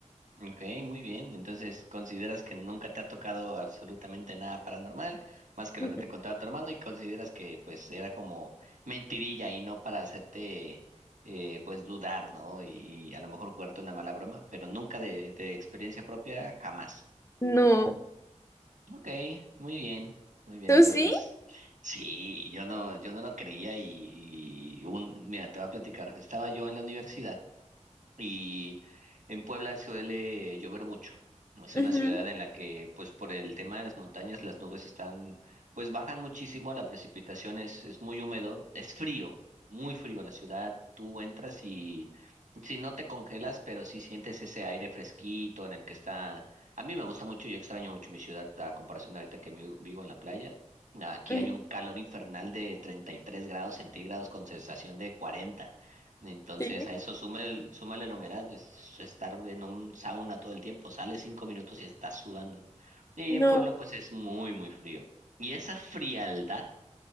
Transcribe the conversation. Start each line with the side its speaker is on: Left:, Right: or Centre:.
Right: ok, muy bien. Entonces, ¿consideras que nunca te ha tocado absolutamente nada paranormal, más que lo
Left: Mm,
Right: que te contaba tu hermano, y consideras que pues era como mentirilla y no para hacerte eh, pues dudar, ¿no? Y, a lo mejor jugarte una mala broma, pero nunca de, de experiencia propia, jamás.
Left: No,
Right: Ok, muy bien, muy bien,
Left: ¿tú
Right: pero
Left: sí?
Right: pues sí, yo no, yo no lo creía y, y un, mira, te voy a platicar. Estaba yo en la universidad y en Puebla suele llover mucho. Es una
Left: Ujú,
Right: ciudad en la que, pues por el tema de las montañas, las nubes están, pues bajan muchísimo, la precipitación es, es muy húmedo, es frío, muy frío la ciudad. Tú entras y si no te congelas, pero sí sientes ese aire fresquito en el que está. A mí me gusta mucho, yo extraño mucho mi ciudad a comparación de ahorita que mi- vivo en la playa. Aquí
Left: ujú,
Right: hay un calor infernal de 33 grados centígrados con sensación de 40. Entonces
Left: Sí,
Right: a eso súmale, súmale la humedad, es estar en un sauna todo el tiempo, sales cinco minutos y estás sudando. Y
Left: no.
Right: en Puebla pues es muy, muy frío. Y esa frialdad